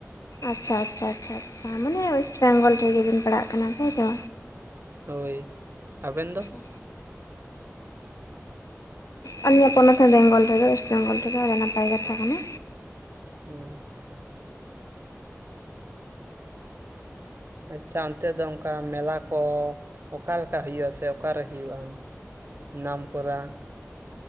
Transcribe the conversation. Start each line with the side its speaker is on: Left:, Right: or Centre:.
Left: ᱟᱪᱪᱷᱟ ᱟᱪᱪᱷᱟ ᱟᱪᱷᱟᱷᱟ ᱢᱟᱱᱮ ᱚᱭᱮᱥᱮᱴ ᱵᱮᱝᱜᱚᱞ ᱨᱮᱜᱮᱵᱤᱱ ᱯᱟᱲᱟᱜ ᱠᱟᱱᱟ ᱛᱟᱭᱛᱚ?
Right: ᱦᱳᱭ ᱟᱵᱮᱱ
Left: ᱟᱪᱪᱷᱟ᱾
Right: ᱫᱚ
Left: ᱟᱹᱞᱟᱜ ᱯᱚᱱᱚᱛ ᱵᱮᱝᱜᱚᱞ ᱨᱮᱜᱮ ᱚᱭᱮᱥᱮᱴ ᱵᱮᱝᱜᱚᱞ ᱨᱮᱜᱮ ᱟᱹᱰᱤ ᱱᱟᱯᱟᱭ ᱠᱟᱛᱷᱟ ᱠᱟᱱᱟ᱾
Right: <inaudible> ᱟᱪᱪᱷᱟ ᱚᱱᱛᱮ ᱫᱚ ᱚᱱᱠᱟ ᱚᱱᱠᱟ ᱢᱮᱞᱟ ᱠᱚ ᱚᱠᱟ ᱞᱮᱠᱟ ᱦᱩᱭᱩᱜᱼᱟ ᱥᱮ ᱚᱠᱟᱨᱮ ᱦᱩᱭᱩᱜᱼᱟ ᱱᱟᱢᱠᱚᱨᱟ?